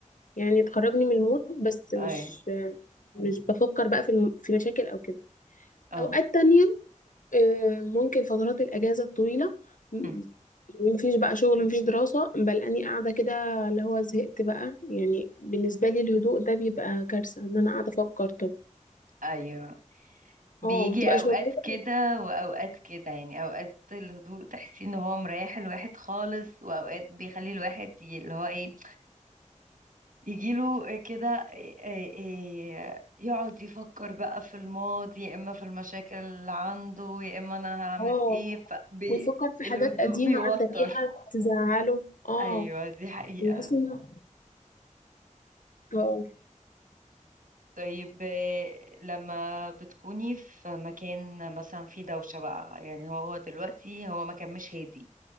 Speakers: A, on the left; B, on the right.
A: يعني تخرجني من المود بس مش
B: اي
A: مش بفكر بقى في الم... في مشاكل او كده
B: اه
A: اوقات تانية آه، ممكن فترات الأجازة الطويلة م-
B: مم.
A: مفيش بقى شغل مفيش دراسة بل أني قاعدة كده اللي هو زهقت بقى يعني بالنسبة لي الهدوء ده بيبقى كارثة إن أنا قاعدة أفكر طب
B: ايوه بيجي
A: اه مبتبقاش
B: اوقات
A: مبسوطة
B: كده واوقات كده يعني اوقات الهدوء تحسي ان هو مريح الواحد خالص واوقات بيخلي الواحد ي- اللي هو ايه يجيله كده إيه- إيه- يقعد يفكر بقى في الماضي يا اما في المشاكل اللي عنده يا اما انا هعمل
A: اه
B: ايه فبي
A: ويفكر في
B: الهدوء
A: حاجات قديمة
B: بيوتر
A: عدى بيها تزعله اه
B: ايوه دي حقيقة
A: بحس إن اه
B: طيب إيه، لما بتكوني في مكان مثلا فيه دوشة بقى يعني هو دلوقتي هو مكان مش هادي